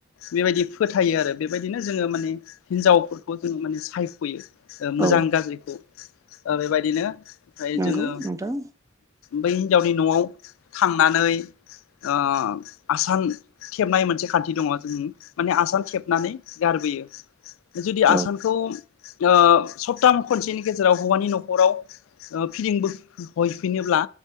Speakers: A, on the left; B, on the right.
A: बेबायदि फोथायो आरो बेबायदिनो जोङो माने हिनजावफोरखौ जोंङो माने सायख'यो ओ मोजां
B: औ
A: गाज्रिखौ ओ बेबायदिनो फ्राय
B: नंगौ
A: जोंङो
B: नोंथां
A: बै हिन्जावनि न'आव थांनानै ओ आसान खेबनाय मोनसे खान्थि दङ जों माने आसाम खेबनानै गारबोयो। जुदि आसानखौ
B: औ
A: ओ सप्ता खनसेनि गेजेराव हौवानि न'खराव फिदिंबो हफिनोब्ला